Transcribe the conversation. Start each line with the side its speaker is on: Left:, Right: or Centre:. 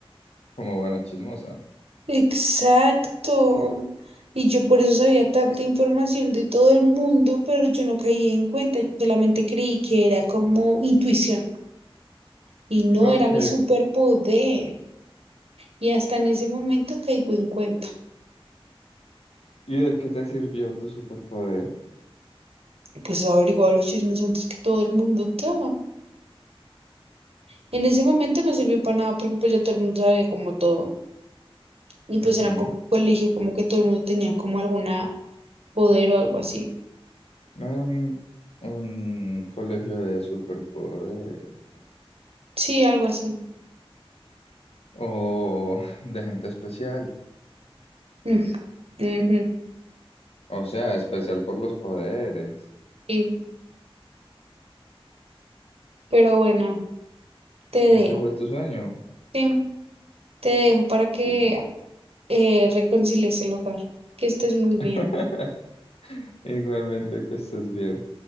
Left: Como buena chismosa.
Right: Exacto. Y yo por eso sabía tanta información de todo el mundo, pero yo no caí en cuenta. Yo solamente creí que era como intuición, y no
Left: Ok.
Right: era mi superpoder. Y hasta en ese momento caigo en cuenta.
Left: ¿Y de qué te sirvió tu superpoder?
Right: Pues averiguaba los chismes antes que todo el mundo. ta. En ese momento no sirvió para nada porque pues ya todo el mundo sabía como todo. Y pues
Left: Ujú.
Right: era como un colegio, como que todo el mundo tenía como alguna poder o algo así.
Left: No era un, un colegio de superpoderes
Right: Sí, algo así.
Left: o <laughs> de gente especial,
Right: Mm, ujú,
Left: o sea, especial por los poderes.
Right: sí. Pero bueno, te dejo.
Left: Y ese fue tu sueño.
Right: Sí, te dejo para que
Left: Y
Right: eh, reconcilies el hogar. Que estés muy
Left: <laughs>
Right: bien.
Left: igualmente que estés bien.